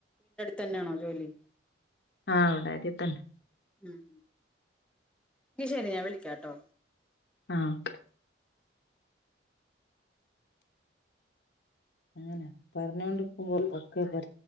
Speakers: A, in the centre; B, on the left (about 60°).
A: തന്നെയാണോ ജോലി
B: ആ ഉണ്ടായിരി തന്നെ
A: ഉം നീ ശരി ഞാൻ വിളിക്കാംട്ടോ
B: ആഹ ഓക്കെ അങ്ങനെ പറഞ്ഞൊണ്ടിരിക്കുമ്പോൾ ഒക്കെ പറ